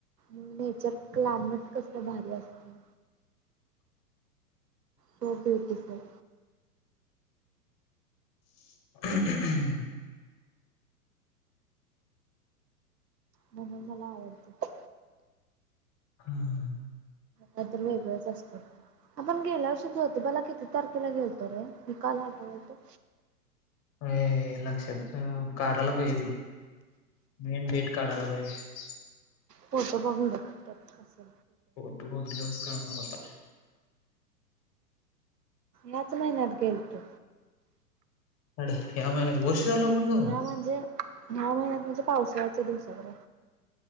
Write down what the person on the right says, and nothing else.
नेचर क्लायमेट कसलं भारी असतंय? So beautiful!
म्हणून मला आवडतय
कायतर वेगळंच असतय? आपण गेल्या वर्षी जोतिबाला किती तारखेला गेलतो रे? मी काल आठवालतो.
फोटो बघ, हुडक त्यात दिसल.
याच महिन्यात गेल तो.
ह्या म्हणजे ह्या महिन्यात म्हणजे पावसाळ्याच्या दिवसात रे.